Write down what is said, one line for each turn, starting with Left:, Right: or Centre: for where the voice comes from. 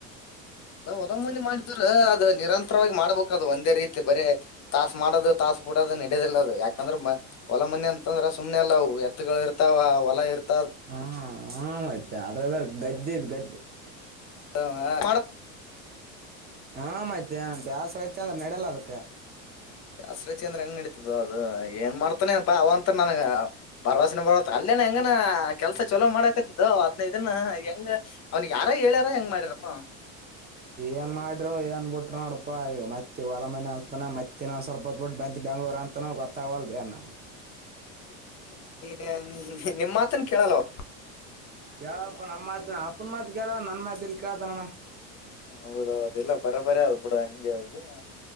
Left: ಅದೇ ಹೊರ ಮಂದಿ ಮಾಡ್ತಾರೆ ಅದು ನಿರಂತರವಾಗಿ ಮಾಡ್ಬೇಕದು ಒಂದೇ ರೀತಿ ಬರೇ ತಾಸ ಮಾಡದು ತಾಸ್ ಬಿಡೋದು ನಡಿಯದಿಲ್ಲ ಅದು ಯಾಕಂದ್ರೆ ಹೊಲ ಮನೆ ಅಂತ್ ಅಂದ್ರ ಸುಮ್ನೆ ಅಲ್ಲವು ಎತ್ಗಳು ಇರ್ತಾವ ಹೊಲ ಇರ್ತ
Right: <unintelligible>
Left: <unintelligible>
Right: ಹಾ ಮತ್ತೆ ದಾಸ್ರಾಯತ ಅಂದ್ರ ನಡಲ್ಲ ಅದಕ್ಕೆ
Left: ದಸ್ ರತಿ ಅಂದ್ರ ಹೆಂಗ್ ನಡತದ ಅದು ಏನ್ ಮಾಡ್ತಾನೆ ಅನಪಾ ಅವ ಅಂತ ನನಗ ಭರವಸಿನ ಬರತಲ್ ಇನ ಹೆಂಗನ ಕೆಲ್ಸ ಚಲೋ ಮಾಡಾಕತ್ತಿದ್ದೋ ಹದ್ನೈದ ದಿನ ಹೆಂಗ ಅವನಿಗೆ ಯಾರ ಹೇಳ್ಯಾರ ಹೆಂಗ ಮಾಡ್ಯಾರಪ್ಪ ಅವನು
Right: ಏನ್ ಮಾಡ್ರು ಏನ್ ಬಿಟ್ರು ನೋಡಪಾ ಈ ಮತ್ತೆ ಹೊಲ ಮನೆ ಅಂತನ ಮತ್ತ ಇನ್ನೊಂದ್ ಸ್ವಲ್ಪ ದಿನ ಬಿಟ್ ಬಂದ್ ಬೆಂಗ್ಳೂರು ಅಂತನ ಗೊತ್ತಾಗ್ವಲ್ದು ಏನ
Left: <unintelligible> ನಿಮ್ ಮಾತನ್ ಕೇಳಲ್ಲವ
Right: ಕೇಳಲ್ಲಪ್ಪ ನಮ್ ಮಾತನ್ನ ಅಪ್ಪನ ಮಾತ್ ಕೇಳಲ್ಲ ನನ್ ಮಾತ್ ಎಲ್ಲ್ ಕೇಳ್ತನಣ್ಣ
Left: ಹೌದೌದು ಇಲ್ಲ ಬರಬರೀ ಅದ್ ಬಿಡ ಹಂಗೆ ಆಗಿ